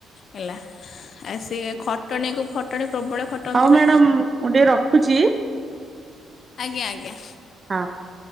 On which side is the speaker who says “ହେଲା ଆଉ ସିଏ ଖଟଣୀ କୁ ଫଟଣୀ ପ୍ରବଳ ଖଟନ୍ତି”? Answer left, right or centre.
Left